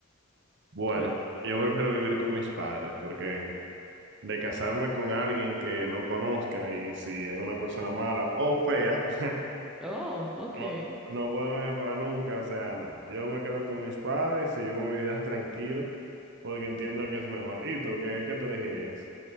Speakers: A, on the right (about 60°); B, in the centre.
A: Bueno,
B: Cuenta.
A: yo prefiero vivir con mis padres, porque de casarme con alguien que no conozca y si es una persona mala o fea, <laughs>
B: Oh, ok.
A: No, no voy a para nunca, o sea, no. Yo me quedo con mis padres y vivo mi vida <laughs> tranquilo, porque entiendo que es mejor. ¿Y tú qué, qué tú elegirías?